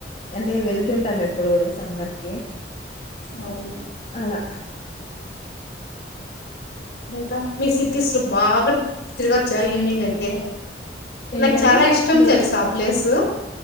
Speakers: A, on the left; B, on the left.
A: అంటే వెళ్తుంటాం ఎప్పుడు కూడా సమ్మర్కి
B: అవును
A: అలా
B: ఇంకా మీ సిటీస్లో బాగా తిరుగొచ్చా ఈవినింగ్ అయితే.
A: ఏంటండి
B: నాకు చాలా ఇష్టం
A: మీరు
B: తెలుసా ఆ ప్లేసు.